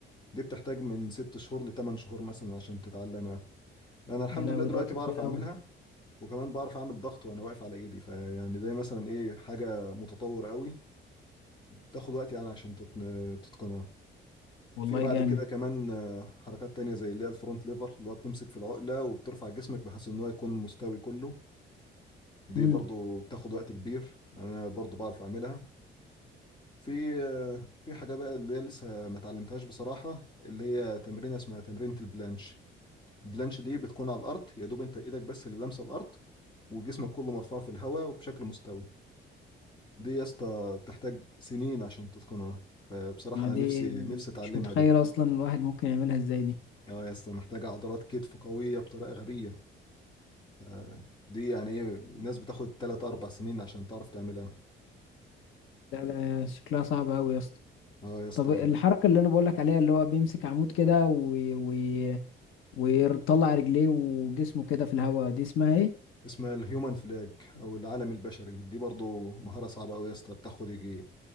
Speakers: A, on the left; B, on the left.
A: دي بتحتاج من ست شهور لتمن شهور مثلا عشان تتعلمها انا الحمد
B: يا لهوي
A: لله دلوقتي
B: ده وقت
A: بعرف
B: طويل
A: اعملها
B: قوي
A: وكمان بعرف اعمل ضغط وانا واقف على ايدي فيعني ده مثلا ايه حاجة متطورة قوي تاخد وقت يعني عشان تتن- تتقنها
B: والله
A: في بعد
B: جامد
A: كده كمان آه، حركات تانية زي اللي هي الفرونت ليفر اللي هو بتمسك في العقلة وبترفع جسمك بحيث ان هو يكون مستوي كله دي
B: امم
A: برضو بتاخد وقت كبير انا برضو بعرف اعملها في آه، في حاجة بقى اللي هي لسه ما اتعلمتهاش بصراحة اللي هي تمرينة اسمها تمرينة البلانش البلانش دي بتكون على الأرض يا دوب أنت إيدك بس اللي لامسة الأرض وجسمك كله مرفوع في الهواء وبشكل مستوي دي يا اسطى بتحتاج سنين عشان تتقنها فبصراحة
B: ما
A: أنا
B: دي
A: نفسي نفسي أتعلمها
B: مش متخيل
A: دي
B: اصلا الواحد ممكن يعملها ازاي دي
A: اه يا اسطى محتاجة عضلات كتف قوية بطريقة غبية آه، دي يعني إيه الناس بتاخد تلات أربع سنين عشان تعرف تعملها
B: لا لا شكلها صعب قوي يا اسطى
A: اه يا اسطى
B: طب الحركه اللي انا بقول لك عليها اللي هو بيمسك عمود كده و... و... ويطلع رجليه وجسمه كده في الهواء دي اسمها ايه
A: اسمها الهيومن فلاج او العالم البشري دي برضو مهارة صعبة قوي يا اسطى بتاخد يجي